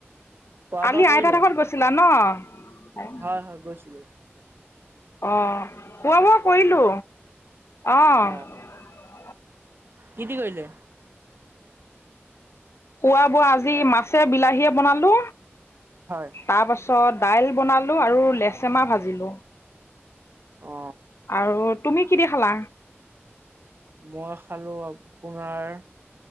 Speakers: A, on the right; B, on the left.
A: খোৱা
B: আলি
A: বোৱা কৰিলে?
B: আইতাতৰ ঘৰত গৈছিলা ন?
A: হয় হয় গৈছিলো
B: আহ খোৱা বোৱা কৰিলো আহ।
A: অ কি দি কৰিলে?
B: খোৱা বোৱা আজি মাছে বিলাহীয়ে বনালো,
A: হয়
B: তাৰপাছত দাইল বনালো আৰু লেচেমা ভাজিলোঁ।
A: অ
B: আৰু তুমি কি দি খালা?
A: মই খালোঁ আপোনাৰ